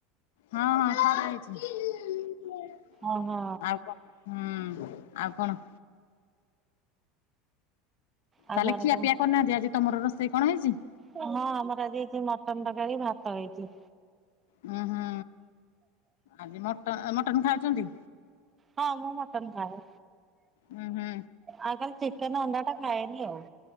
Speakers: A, on the left; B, on the right.
A: ହଁ ହଁ ଖରା ହେଇଛି।
B: ଓହୋ
A: ଆଉ କଣ? ହୁଁ ଆଉ କଣ?
B: ଆଉ
A: ତାହେଲେ
B: ଘରେ
A: ଖିଆପିଆ
B: ସବୁ
A: କରିନାହାନ୍ତି। ଆଜି ତମର ରୋଷେଇ କଣ ହେଇଛି?
B: ହଁ ଆମର ଆଜି ହେଇଛି ମଟନ ତରକାରୀ ଭାତ ହେଇଛି।
A: ଉୁଁ ହୁଁ, ଆଜି ମଟ ଅ ମଟନ ଖାଉଛନ୍ତି।
B: ହଁ ମୁଁ ମଟନ ଖାଏ।
A: ଉୁଁ ହୁଁ
B: ଆଉ ଖାଲି ଚିକେନ ଅଣ୍ଡା ଟା ଖାଏନି ଆଉ।